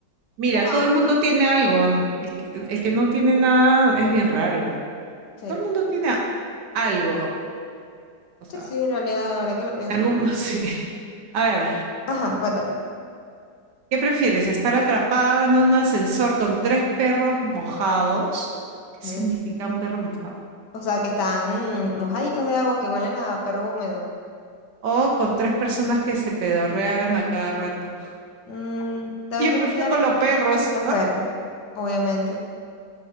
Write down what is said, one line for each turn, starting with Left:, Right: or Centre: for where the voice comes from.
Right: Mira,
Left: bueno,
Right: todo el mundo tiene algo. El que, el que no tiene nada es bien raro.
Left: sí,
Right: Todo el mundo tiene a- algo. O sea,
Left: sí, sí, en realidad, ahora que lo pienso.
Right: en algún... <laughs> Sí. A ver.
Left: Ajá, cuéntame.
Right: ¿Qué prefieres? ¿Estar atrapada en un ascensor con tres perros mojados? ¿Qué
Left: Madre.
Right: significa un perro mojado?
Left: O sea, que están mm, mojaditos de agua, que huelen a perro húmedo.
Right: O con tres personas que se pedorrean a cada rato. <laughs>
Left: Mm, te voy
Right: Yo
Left: a ser
Right: prefiero
Left: sincera,
Right: con los perros.
Left: los perros, obviamente.